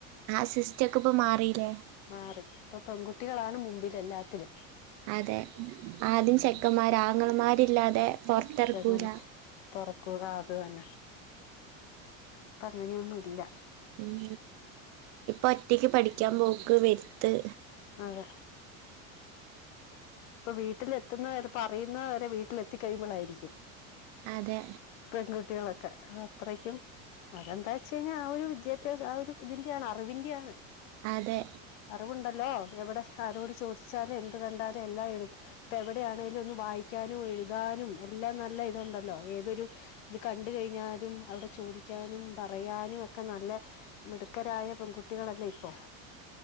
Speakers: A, on the right; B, on the left.
A: ആഹ് സിസ്റ്റം ഒക്കെ ഇപ്പം മാറീലെ
B: മാറി ഇപ്പം പെൺകുട്ടികളാണ് മുമ്പിൽ എല്ലാത്തിലും
A: അതെ ആദ്യം
B: ഉം
A: ചെക്കന്മാര് ആങ്ങളമാരില്ലാതെ പുറത്തിറക്കൂല
B: തരുമ തൊറക്കുക അത് തന്നെ ഇപ്പൊ അങ്ങനെയൊന്നും ഇല്ല
A: ഉം ഇപ്പൊ ഒറ്റയ്ക്ക് പഠിക്കാൻ പോക്ക് വരുത്ത്
B: അതെ ഇപ്പം വീട്ടിലെത്തുന്നത് പറയുന്നവരെ വീട്ടില് എത്തി കഴിയുമ്പോളായിരിക്കും
A: അതെ
B: പെൺകുട്ടികളൊക്കെ അത്രക്കും അതെന്താ വെച്ച് കഴിഞ്ഞാൽ ആഹ് ഒരു വിദ്യാഭ്യാസം ആഹ് ഒരു ഇതിന്റെ ആണ് അറിവിന്റെയാണ്
A: അതെ
B: അറിവുണ്ടല്ലോ എവിടെ ആരോട് ചോദിച്ചാലും എന്ത് കണ്ടാലും എല്ലാം എ ഇപ്പൊ എവിടെയാണേലും ഒന്ന് വായിക്കാനും എഴുതാനും എല്ലാം നല്ല ഇതുണ്ടല്ലോ ഏതൊരു ഇത് കണ്ട് കഴിഞ്ഞാലും അവിടെ ചോദിക്കാനും പറയാനും ഒക്കെ നല്ലേ മിടുക്കരായ പെൺകുട്ടികളല്ലേ ഇപ്പോൾ